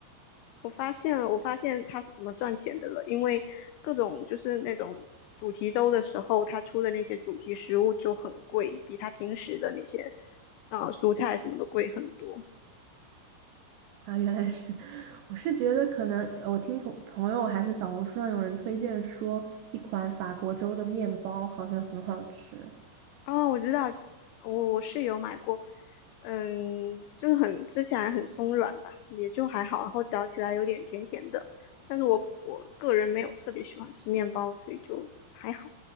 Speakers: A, on the left; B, on the right.
A: 我发现了，我发现它是怎么赚钱的了，因为各种就是那种主题周的时候，它出的那些主题食物就很贵，比它平时的那些啊、蔬菜什么的贵很多。
B: 啊，原来是，<laughs> 我是觉得可能呃我听朋朋友还是小红书上有人推荐说，一款法国粥的面包好像很好吃。
A: 哦，我知道，我我是有买过，嗯，就是很吃起来很松软吧，也就还好，然后嚼起来有点甜甜的，但是我我个人没有特别喜欢吃面包，所以就还好。